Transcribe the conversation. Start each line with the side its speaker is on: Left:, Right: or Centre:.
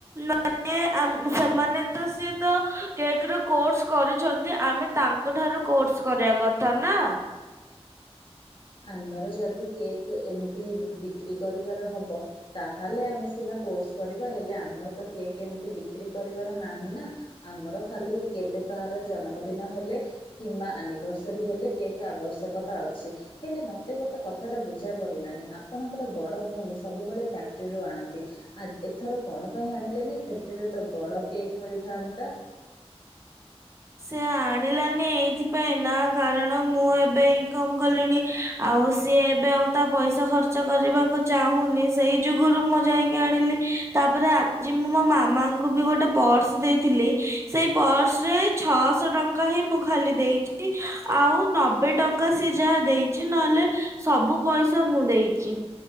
Right: ମାନେ ଆମ୍ ସେମାନେ ତ ସିଏ ତ କେକର କୋର୍ସ କରିଛନ୍ତି ଆମେ ତାଙ୍କ ଙ୍କ ଠାରୁ କୋର୍ସ କରିବା କଥା ନା।
Left: ଆମର ଯଦି କେକ୍ ଏମିତି ବିକ୍ରି କରିବାର ହବ ତାହଲେ ଆମେ ସିନା କୋର୍ସ କରିବା ହେଲେ ଆମର ତ କେକ୍ ଏମିତି ବିକ୍ରି କରିବାର ନାହିଁ ନା ଆମର ଖାଲି କେବେ କାହାର ଜନ୍ମଦିନ ହେଲେ କିମ୍ବା ଆନିଭର୍ସରୀ ହେଲେ କେକେ ଆବଶ୍ୟକତା ଅଛି। ହେଲେ ମତେ ଗୋଟେ କଥାଟା ବୁଝା ପଡିଲାଣି ଆପ ଆପଣଙ୍କର ବଡ଼ ଭଉଣୀ ସବୁବେଳେ ଫ୍ୟାକ୍ଟ୍ରିରୁ ଆଣନ୍ତି। ଆ ଏଥର କଣ ପାଇଁ ଆଣିଲେନି ଫ୍ୟାକ୍ଟ୍ରିରେ ତ ବଡ଼ କେକ୍ ମିଳିଥାନ୍ତା।
Right: ସେ ଆଣିଲାନି ଏଇଥିପାଇଁ ନା କାରଣ ମୁଁ ଏବେ ଇନକମ କଲିଣି। ଆଉ ସିଏ ଏବେ ଆଉ ତା ପଇସା ଖର୍ଚ୍ଚ କରିବାକୁ ଚାହୁଁନି ସେଇ ଯୁଗରୁ ମୁଁ ଯାଇକି ଆଣିଲି। ତାପରେ ଆଜି ମୁଁ ମୋ ମାମାଙ୍କୁ ବି ଗୋଟେ ପର୍ସ ଦେଇଥିଲି ସେଇ ପର୍ସରେ ଛଅଶହ ଟଙ୍କା ହିଁ ମୁଁ ଖାଲି ଦେଇଛି ଆଉ ନବେ ଟଙ୍କା ସି ଯାହା ଦେଇଛି ନହେଲେ ସବୁ ପଇସା ମୁଁ ଦେଇଛି।